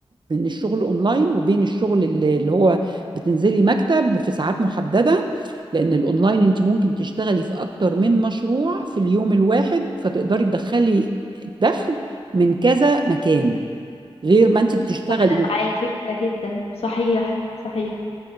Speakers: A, on the right; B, on the left.
A: بين الشغل اونلاين وبين الشغل اللي اللي هو بتنزلي مكتب في ساعات محددة لان الاونلاين انت ممكن تشتغلي في اكتر من مشروع في اليوم الواحد فتقدري تدخلي الدخل من كذا مكان غير ما انت بتشتغلي
B: أنا معاكي في ده جدا صحيح صحيح